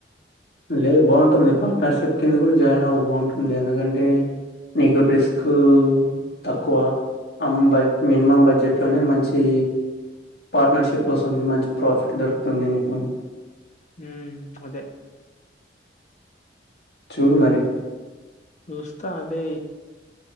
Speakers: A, on the left; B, on the left.
A: లేదు బాగుంటుంది పార్ట్నర్షిప్ కింద కూడా జాయిన్ అవ్వు బాగుంటుంది ఎందుకంటే నీకు రిస్కూ తక్కువ అంబై మినిమం బడ్జెట్ లోనే మంచీ పార్ట్నర్షిప్ వస్తుంది మంచి ప్రాఫిట్ దొరుకుతుంది నీకు
B: ఊ అదే
A: చూడు మరి
B: చూస్తా అదే